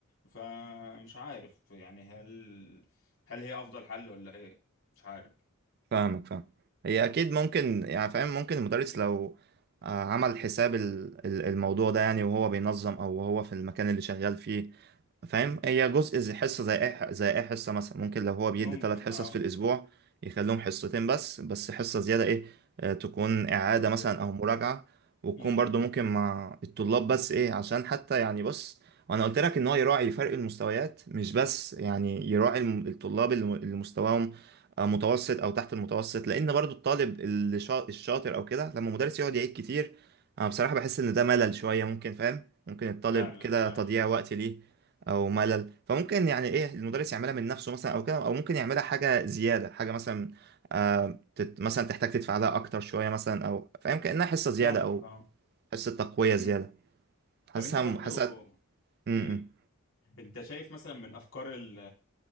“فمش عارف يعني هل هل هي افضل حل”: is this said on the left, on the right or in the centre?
Left